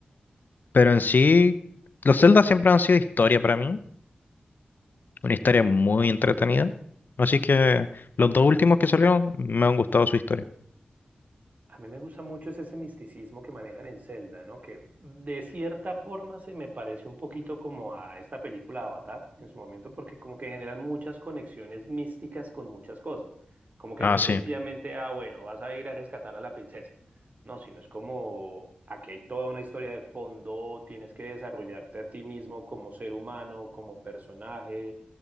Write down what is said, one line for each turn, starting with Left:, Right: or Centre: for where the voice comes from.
Left: pero en sí, los Zelda siempre han sido historia para mí. Una historia muy entretenida. Así que los dos últimos que salieron me han gustado su historia.
Right: A mí me gusta mucho ese, ese misticismo que manejan en Zelda, ¿no? Que de cierta forma se me parece un poquito como a esta película Avatar en su momento, porque como que generan muchas conexiones místicas con muchas cosas. Como que
Left: Ah,
Right: no es
Left: sí,
Right: sencillamente, ah, bueno, vas a ir a rescatar a la princesa. No, sino es como, aquí hay toda una historia de fondo, tienes que desarrollarte a ti mismo como ser humano, como personaje